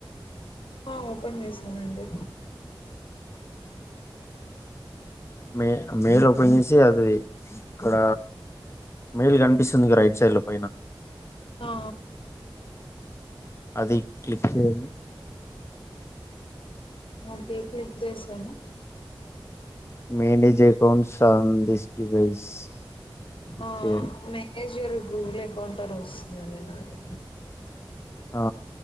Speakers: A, on the left; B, on the left.
A: ఆ! ఓపెన్ చేసానండి
B: మే మెయిల్ ఓపెన్ చేసి ఇచ్చేది ది ఇక్కడ మెయిల్ కనిపిస్తుంది రైట్ సైడ్ లో పైన
A: ఆ
B: అది క్లిక్ చేయండి
A: ఓకే క్లిక్ చేసాను
B: manage accounts on this device క్లిక్
A: ఆ
B: చేయండి
A: మేనేజ్ నేజ్ యువర్ గూగుల్ అకౌంట్ అని వస్తుందండి నాకు
B: ఆ